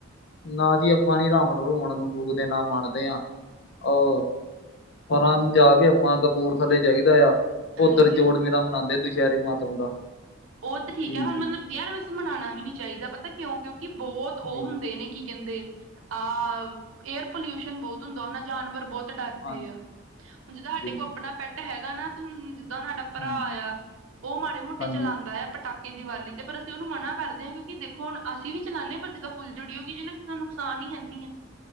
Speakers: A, on the left; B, on the right.
A: ਨਾ ਜੀ ਆਪਾਂ ਨੀ ਰਾਵਣ ਰੋਮਣ ਨੂੰ। ਦੇ ਨਾਂ ਮੰਨਦੇ ਹਾਂ ਰ ਪਰਾਂ ਨੂੰ ਜਾ ਕੇ ਆਪਾਂ। ਕਪੂਰਥੱਲੇ ਜਾਈਦਾ ਆ
B: ਹਾਂਜੀ
A: ਉੱਧਰ ਜੋੜ ਮੇਲਾ ਮਨਾਉਂਦੇ ਤੁੂੰ ਸ਼ਹਿਰੇ ਮਾਤਾ ਦਾ।
B: ਉਹ ਤੇ ਠੀਕ
A: ਜੀ
B: ਹੈ ਹੁਣ
A: ਜੀ
B: ਮਤਲਬ ਯਾਰ ਵੈਸੇ ਮਨਾਉਣਾ ਵੀ ਨੀ ਚਾਹੀਦਾ ਪਤਾ ਕਿਉਂ ਕਿਉਂਕ ਕਿ ਬਹੁਤ ਉਹ
A: ਜੀ
B: ਹੁੰਦੇ ਨੇ ਕੀ ਕਹਿੰਦੇ। ਅਹ ਏਅਰ ਪੋਲਿਊਸ਼ਨ ਬਹੁਤ ਹੁੰਦਾ ਉਹਨਾਂ ਜਾਨਵਰ ਬਹੁਤ। ਡਰਦੇ
A: ਹਾਂਜੀ
B: ਆ ਹੁਣ ਜਿੱਦਾਂ ਸਾਡੇ
A: ਬਿਲਕੁਲ
B: ਕੋਲ ਆਪਣਾ ਪੈਟ ਹੈਗਾ ਨਾ ਤੇ ਹੁਣ। ਦਾਂ ਉਹਾ ਭਰਾ
A: ਹਾਂਜੀ
B: ਆ ਉਹ ਮਾੜੇ ਮੋਟੇ
A: ਹਾਂਜੀ
B: ਚਲਾਉਂਦਾ ਆ ਪਟਾਕੇ। ਕਿ ਦੀਵਾਲੀ ਤੇ ਪਰ ਅਸੀਂ ਉਹਨੂੰ ਮਨਾ ਕਰਦੇ ਹਾਂਉਂਕਿ ਦੇਖੋੁ ਅਸੀਂ ਵੀ ਚਲਾਉਦੇ ਹਾਂ ਪਰ ਜਿਦਾਂ ਫੁੱਲ ਜੜੀ ਹੋਗੀ ਜਿ ਕਿਸੇ ਨੁਕਸਾਨ। ਹੈਨੀ ਆ